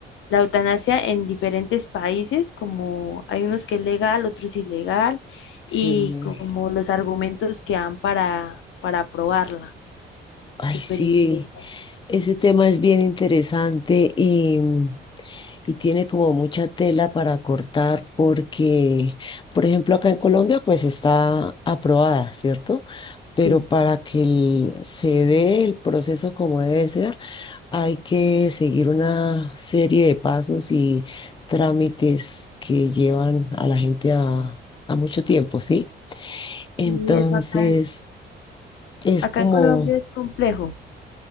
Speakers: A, on the left (about 75°); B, on the left (about 25°).
A: la eutanasia en diferentes países, como hay unos que es legal, otros ilegal,
B: sí.
A: y
B: me-
A: como los argumentos que dan para, para aprobarla.
B: Ay,
A: Súper
B: sí.
A: interesante.
B: Ese tema es bien interesante y, y tiene como mucha tela para cortar porque, por ejemplo, acá en Colombia pues está aprobada, ¿cierto? Pero
A: Sí.
B: para que el- se dé el proceso como debe ser, hay que seguir una serie de pasos y trámites que llevan a la gente a, a mucho tiempo, ¿sí? Entonces,
A: Y eso acá
B: es
A: Acá
B: como,
A: en Colombia es complejo.